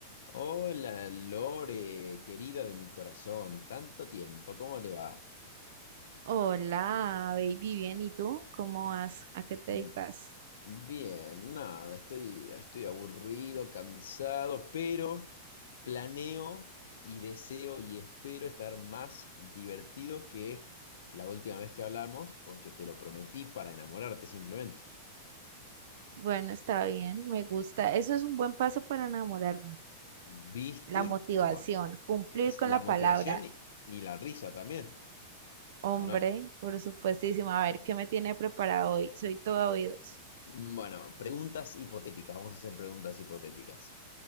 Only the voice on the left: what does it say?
Hola Lore, querida de mi corazón, tanto tiempo, ¿cómo le va?
Mm,
Bien, nada, estoy, estoy aburrido, cansado, pero planeo y deseo y espero estar más divertido que la última vez que hablamos, porque te lo prometí para enamorarte simplemente.
¿Viste?
Bueno,
es
la
motivación
y y la risa también,
¿o no?
Mm, Bueno, preguntas hipotéticas. Vamos a hacer preguntas hipotéticas.